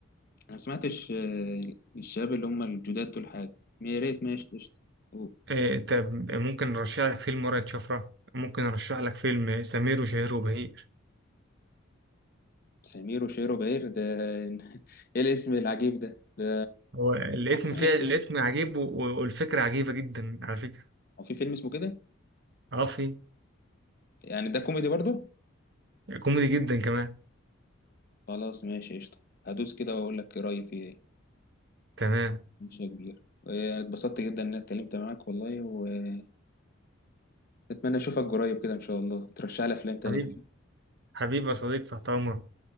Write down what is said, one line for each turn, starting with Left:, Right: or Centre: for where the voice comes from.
Left: أنا ما سمعتش آه، الشباب اللي هم الجداد دول حاجة يا ريت ماشي قشطة أوه،
Right: إيه، انت ممكن نرشح لك فيلم ورقة شفرة ممكن نرشح لك فيلم سمير وشهير وبهير
Left: سمير وشير وبهير ده <laughs> إيه الاسم العجيب ده ده
Right: هو الاسم
Left: هو في فيلم
Right: فيه
Left: اسمه
Right: الاسم
Left: إيه؟
Right: عجيب و- و- والفكرة عجيبة جدا على فكرة
Left: هو في فيلم اسمه كده
Right: اه في
Left: يعني ده كوميدي برضه
Right: كوميدي جدا كمان
Left: خلاص ماشي قشطة هدوس كده وأقول لك رأيي فيه إيه
Right: تمام
Left: ماشي يا كبير آه، اتبسطت جدا إن أنا اتكلمت معاك والله وأتمنى أشوفك قريب كده إن شاء الله ترشح لي أفلام تانية
Right: حبيب حبيبي يا صديق تحت امرك